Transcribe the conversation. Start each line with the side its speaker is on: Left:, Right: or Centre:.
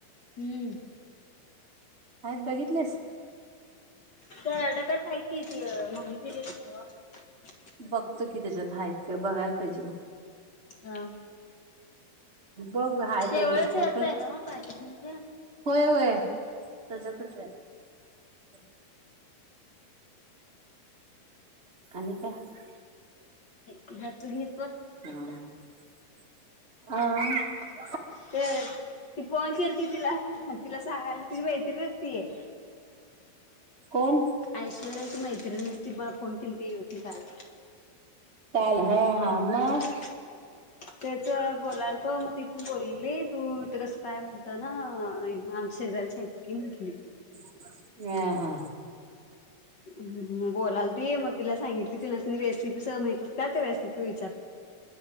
Left: हम्म.
Right: आहेत बघितलेस.
Left: ते डब्यात हा काय की <inaudible> <unintelligible>
Right: बघतो की त्याच्यात हायत काय बघायला पाहिजे.
Left: हा.
Right: बघ हाय
Left: शेवाळाच
Right: काय दिसत
Left: ह्याच
Right: का
Left: आहे ना मग पॅकेट मध्ये
Right: होय होय. त्याच्यातच हाय आणि काय
Left: <inaudible> तु घे.
Right: हा अ. हम् <unintelligible>
Left: ते ती फोन केलती तिला - तिला सांगायला तीझी मैत्रीणच तीये.
Right: कोण
Left: ऐश्वर्याची मैत्रिण. ति मला फोन केलती होती काल
Right: चाल हा हा मग
Left: हम्म त्याचं बोलाल तो मग तितून बोलली तू ते कसं? काय म्हणता ना आमची शेजारची हाय ईतली म्हंटली.
Right: <unintelligible> हा
Left: हम्म बोलालती मग तीला सांगितली तिलस्नी रेसिपी स माहित असत्यात रेसिपी विचार